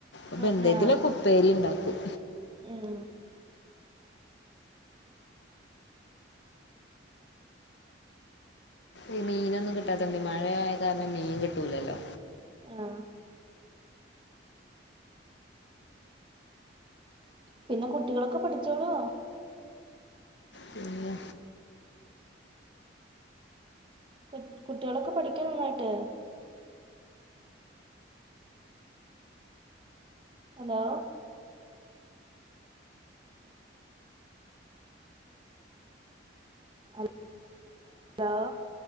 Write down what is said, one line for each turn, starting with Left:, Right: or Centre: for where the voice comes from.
Left: അപ്പെന്തെങ്കിലൊ
Right: ഉം ആഹ്
Left: പ്പേരി ണ്ടാക്കും
Right: ഉം
Left: ഈ മീനൊന്നും കിട്ടാത്തോണ്ടെ മഴയായ കാരണം മീൻ കിട്ടൂലല്ലോ
Right: ആഹ് പിന്നെ കുട്ടികളൊക്കെ പഠിച്ചോളുവോ
Left: പിന്നെ
Right: കുട്ട് കുട്ട്യാളൊക്കെ പഠിക്കൊ നന്നായിട്ട് ഹലോ ഹലോ